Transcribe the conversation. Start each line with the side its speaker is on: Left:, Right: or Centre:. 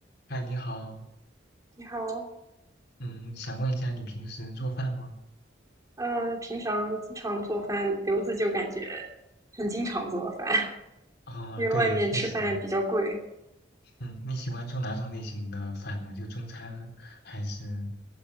Left: 嗨，你好，
Right: 你好，
Left: 嗯，想问一下你平时做饭吗？
Right: 呃，平常经常做饭，刘子就感觉很经常做饭，<laughs>
Left: 啊、
Right: 因为外面吃饭比较贵
Left: 对，确实，嗯，你喜欢做哪种类型的饭呢？就中餐还是？